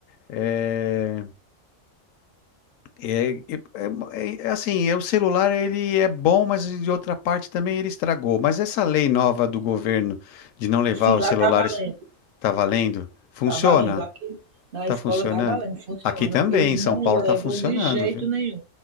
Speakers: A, on the left (about 75°); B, on the right (about 50°).
A: é, é, é- é- é assim, é, o celular ele é bom, mas de outra parte também ele estragou. Mas essa lei nova do governo de não levar
B: Sim,
A: os
B: lá
A: celulares
B: tá valendo,
A: tá valendo? Funciona?
B: tá valendo. Aqui na
A: Tá
B: escola
A: funcionando?
B: tá valendo, funciona.
A: Aqui também,
B: Eles
A: em
B: não
A: São Paulo
B: levam
A: tá funcionando,
B: de jeito
A: viu?
B: nenhum.